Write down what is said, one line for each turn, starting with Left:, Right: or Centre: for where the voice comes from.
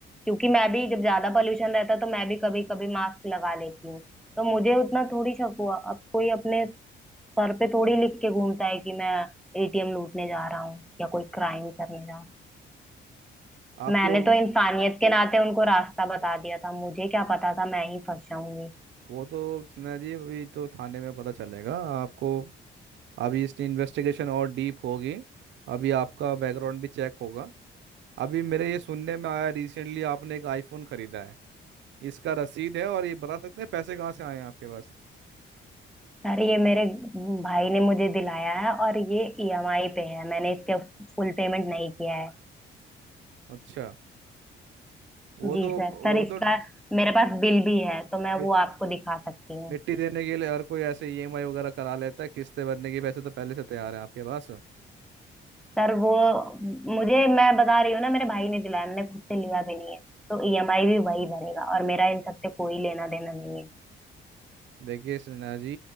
Centre: क्योंकि मैं भी जब ज्यादा पॉल्यूशन रहता है तो मैं भी कभी कभी मास्क लगा लेती हूँ तो मुझे उतना थोड़ी शक हुआ अब कोई अपने सर पे थोड़ी लिख के घूमता है कि मैं एटीएम लूटने जा रहा हूँ या कोई क्राइम करने जा रहा हूँ
Right: आपके
Centre: मैंने
Right: वो
Centre: तो इंसानियत के नाते उनको रास्ता बता दिया था मुझे क्या पता था मैं ही फंस जाऊंगी
Right: वो तो सिन्हा जी अभी तो थाने में पता चलेगा आपको अभी इसकी इन्वेस्टिगेशन और डीप होगी अभी आपका बैकग्राउंड भी चेक होगा अभी मेरे ये सुनने में आया रिसेंटली आपने एक आईफोन खरीदा है इसका रसीद है और ये बता सकते हैं पैसे कहाँ से आए हैं आपके पास
Centre: अरे ये मेरे भाई ने मुझे दिलाया है और ये ईएमआई पे है मैंने इसका फुल पेमेंट नहीं किया है
Right: अच्छा वो
Centre: जी
Right: तो
Centre: सर
Right: वो
Centre: सर इसका
Right: तो
Centre: मेरे पास बिल भी है तो मैं
Right: मिट्टी
Centre: वो आपको दिखा सकती हूँ
Right: मिट्टी देने के लिए हर कोई ऐसे ईएमआई वगैरह करा लेता है किस्तें भरने के पैसे तो पहले से तैयार है आपके पास
Centre: सर वो मुझे मैं बता रही हूँ ना मेरे भाई ने दिलाया मैंने खुद से लिया भी नहीं है तो ईएमआई भी वही भरेगा और मेरा इन सबसे कोई लेना देना नहीं है
Right: देखिए सिन्हा जी